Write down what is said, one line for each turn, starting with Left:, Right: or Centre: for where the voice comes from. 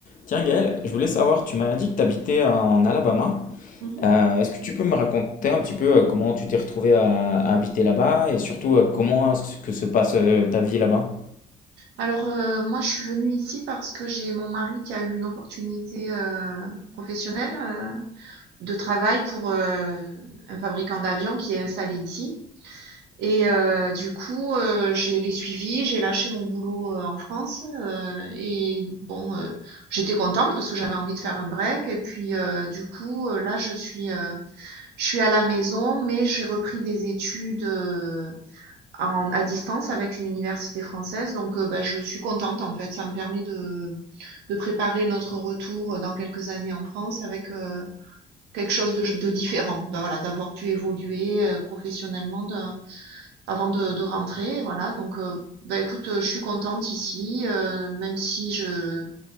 Left: Tiens Gaël, je voulais savoir, tu m'as dit que tu habitais en Alabama.
Right: Mmh
Left: Euh, est-ce que tu peux me raconter un petit peu euh, comment tu t'es retrouvé à, à habiter là-bas et surtout euh, comment est-ce que se passe euh, ta vie là-bas?
Right: Alors, heu, moi, je suis venue ici parce que j'ai mon mari qui a eu une opportunité, heu, professionnelle, heu, de travail pour, heu, un fabricant d'avions qui est installé ici. Et euh, du coup, euh, j'ai les suivis, j'ai lâché mon boulot euh, en France euh, et bon, euh, j'étais contente parce que j'avais envie de faire un break. Et puis euh, du coup, euh, là, je suis, euh, je suis à la maison, mais j'ai repris des études euh, en, à distance avec une université française. Donc, euh, bah, je suis contente en fait. Ça me permet de, de préparer notre retour dans quelques années en France avec euh, quelque chose de, de différent. Donc, Voilà, d'avoir pu évoluer euh, professionnellement. De, avant de, de rentrer, voilà. Donc, euh, bah, écoute, euh, je suis contente ici, euh, même si je